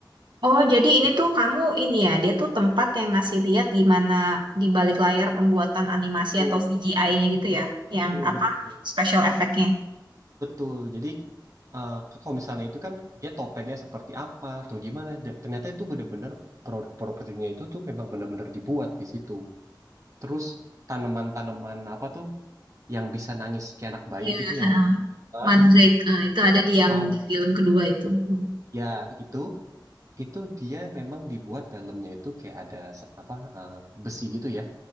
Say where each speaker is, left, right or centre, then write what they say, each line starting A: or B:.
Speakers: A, on the right; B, on the right.
A: Oh, jadi ini
B: itu
A: tuh kamu ini ya, dia tuh tempat yang ngasih lihat gimana di balik layar pembuatan animasi
B: itu
A: atau CGI-nya gitu ya,
B: betul
A: yang
B: betul
A: apa special effect-nya.
B: Betul. Jadi eh, kalau misalnya itu kan dia topengnya seperti apa atau gimana. Da- Ternyata itu benar-benar pro- propertinya itu tuh memang benar-benar dibuat di situ. Terus tanaman-tanaman apa tuh yang bisa nangis kayak anak bayi
A: Iya,
B: itu tuh yang Hah?
A: Mandrake. eh, itu ada di yang
B: Paham.
A: di film kedua itu. Hmm.
B: ya itu itu dia memang dibuat dalamnya itu kayak ada se- apa eh, besi gitu ya.